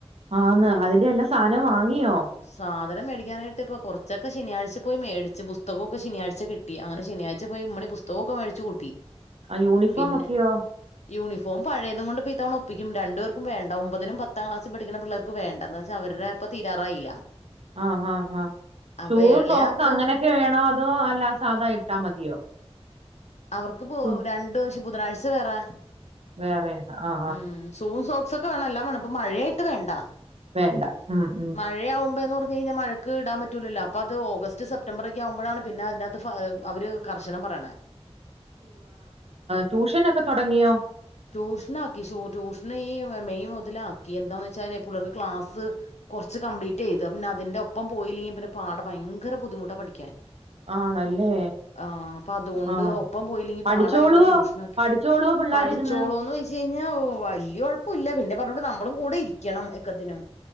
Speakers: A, on the right; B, on the left.
A: ആന്ന് അതിന്റെ എല്ലാ സാധനവും വാങ്ങിയോ
B: സാധനം മേടിക്കാനായിട്ട് പ്പൊ കുറച്ചൊക്കെ ശനാഴ്ച പോയി മേടിച്ച് പുസ്തകമൊക്കെ ശനിയാഴ്ച കിട്ടി അങ്ങനെ ശനിയാഴ്ച്ചച പോയിമ്മിണി പുസ്തകൊക്കെ മേടിച്ച് കൂട്ടി
A: ആ യൂണിഫോം
B: പിന്നെ
A: ഒക്കെയോ
B: യൂണിഫോം പഴയത കൊണ്ട് തവ പപ്പിക്കും രണ്ടുേർക്കും വേണ്ട ഒമ്പതിനും പതാംക്ലാസും പഠിക്കുന്ന പിള്ളേർ വേണ്ടാന്ന് വെച്ചാ അവടെപ്പൊ തീരാറായില്ല
A: ആഹ് ആഹ്ഹാ്
B: അപ്പൊ
A: ഷൂ
B: ഇളയാക്ക്
A: സോക്സ് അങ്ങനെയൊക്കെ വേണോ അതോ അല്ലാ സാധാ ഇട്ടാ മതിയോ
B: അവർക്ക് പോ
A: ഷൂ
B: രണ്ട്സം ബുധനാഴ്ച വേറെ
A: വേറെയതാ ആ്
B: ഉം ഷൂ സോക്സ്ൊക്കെ വേണം എല്ലാം വേണം ഇപ്പ മഴയായിട്ട് വേണ്ട
A: വേണ്ട. ഉം, ഉം.
B: മഴയാവുമ്പോന്ന് പറഞ്ഞ് കഴിഞ്ഞാ മഴ ക്ക് ഇടാൻ പറ്റൂലല്ലോ അപ്പൊ അത് ഓഗസ്റ്റ് സെപ്റ്റംബർ ഒക്കെ ആവുമ്പോഴാണ് പിന്നെ അതിനകത്ത് അവര് കർശനം പറയണ
A: ട്യൂഷന ഒക്കെ തുടങ്ങിയോ
B: ട്യൂഷന ആാക്കി ട്യൂഷന് ഈ മെയ് മുതല ആാക്കി എന്താന്ന് വെച്ചാല് പൂള്ളേർക്ക് ക്ലാസ്സ് കുറച്ച് കംപ്ലീറ്റ് ചെയ്തത് പിന്ന അതിൻന്റെ ഒപ്പം പോയില്ലെങ്കിൽ പിന പാട ഭയങ്കര ബുദ്ധിമുട്ടാണ് പഠിക്കാൻ
A: ആണല്ലേ
B: ആഹ അപ്പൊ അതുകൊണ്ട്
A: ആഹ്.
B: ഒപ്പം പോയില്ലെങ്കി
A: പഠിച്ചോളുവോ?
B: പാടായിട്ട്പ്പ ട്യൂഷനൊക്കെ
A: പഠിച്ചോളുവോ പിള്ളാരിരുന്ന്?
B: പഠിച്ചോളോ ന്ന് ചെ കഴിഞ്ഞാ വലിയ ഒഴപ്പം ഇില്ല പിന്നെ പറഞ്ഞോട്ടണ്ട് നമ്മളും കൂടെ ഇരിക്കണം എക്കത്തിനും